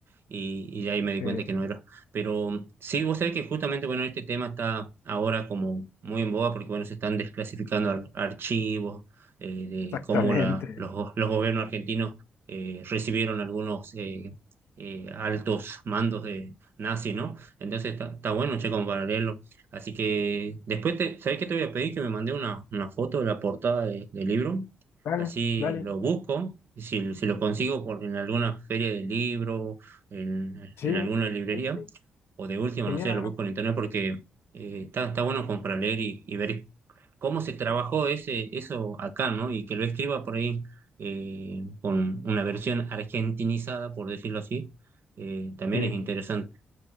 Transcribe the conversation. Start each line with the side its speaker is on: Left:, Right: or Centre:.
Right: y, y ahí me di
Left: Eh,
Right: cuenta que no era. Pero sí, vos sabés que justamente, bueno, este tema está ahora como muy en boga porque, bueno, se están desclasificando ar- archivos eh, de
Left: exactamente.
Right: cómo la, los, go- los gobiernos argentinos eh, recibieron algunos eh, eh, altos mandos de nazis, ¿no? Entonces está, está bueno, che, como para leerlo. Así que después, te, ¿sabés qué te voy a pedir? Que me mandé una, una foto de la portada de- del libro.
Left: Dale,
Right: Así
Left: dale.
Right: lo busco. y Si, si lo consigo por, en alguna feria de libro, en,
Left: Sí,
Right: en alguna librería,
Left: sí, sí.
Right: o de última,
Left: genial,
Right: no sé, lo
Left: ¿no?
Right: busco en internet porque eh, está, está bueno como para leer y, y ver cómo se trabajó ese, eso acá, ¿no? Y que lo escriba por ahí eh, con una versión argentinizada, por decirlo así, eh, también
Left: Sí.
Right: es interesante.